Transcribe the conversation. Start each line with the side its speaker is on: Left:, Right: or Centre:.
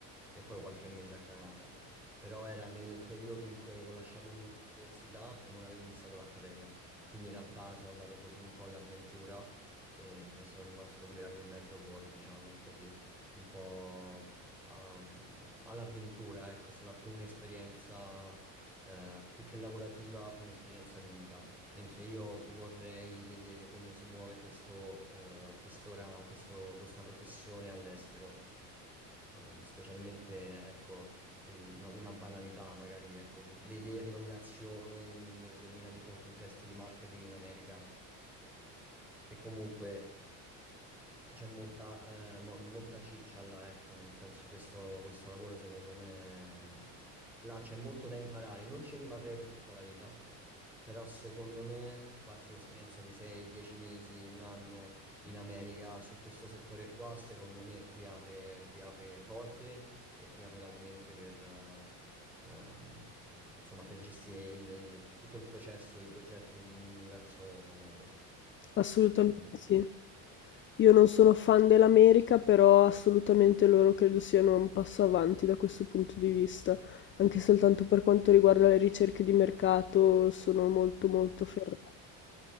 Centre: e poi qualche mese a Granada, però era nel periodo in cui avevo lasciato l'università e non avevo iniziato l'accademia. Quindi in realtà sono andato così un po' all'avventura e sono rimasto due anni e mezzo fuori, diciamo così, un po' um, all'avventura, ecco, è stata più un'esperienza eh, più che lavorativa, più un'esperienza di vita. Mentre io vorrei vedere come si muove questo, eh, questo ra- questo- questa professione all'estero. Eh, specialmente, ecco, sì, una, una banalità magari, ecco, vederlo in azione in determinati contesti di marketing in America, che comunque mm, c'è molta, eh, mo- molta ciccia là, ecco, nel senso questo, questo lavoro secondo me mh, là c'è molto da imparare, non ci rimarrei per tutta la vita, però secondo me farsi un'esperienza di 6, 10 mesi, un anno in America su questo settore qua, secondo me ti apre, ti apre porte e ti apre la mente per, eh, ehm, insomma, per gestire il- il- tutto il processo, i progetti in in un diverso modo,
Left: Assolutamente
Centre: secondo
Left: sì. Io non sono fan dell'America, però assolutamente loro credo siano un passo avanti da questo punto di vista, anche soltanto per quanto riguarda le ricerche di mercato, sono molto molto ferrati.
Centre: me.